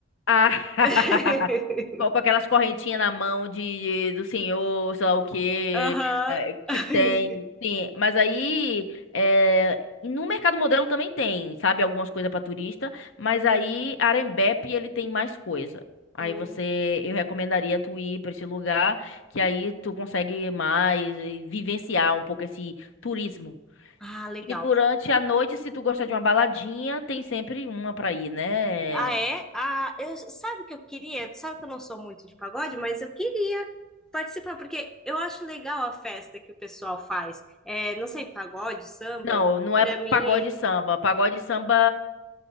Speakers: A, on the left (about 65°); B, in the centre.
A: Ah, <laughs>
B: <laughs>
A: com com aquelas correntinhas na mão de, de- do senhor, sei lá o quê,
B: Aham.
A: é, que
B: <laughs>
A: tem, sim. Mas aí, é, e no mercado modelo também tem, sabe, algumas coisas para turista, mas aí Arembepe ele tem mais coisa. Aí
B: Hum.
A: você, eu recomendaria tu ir para esse lugar, que aí tu consegue mais eh, vivenciar um pouco esse turismo.
B: Ah, legal.
A: E durante a noite, se tu gostar de uma baladinha, tem sempre uma pra ir, né?
B: Ah, é? Ah, eu, sabe o que eu queria? Tu Sabe que eu não sou muito de pagode, mas eu queria participar, porque eu acho legal a festa que o pessoal faz. É, não sei, pagode, samba,
A: Não, não
B: pra
A: é pagode
B: mim é entre.
A: e samba. Pagode e samba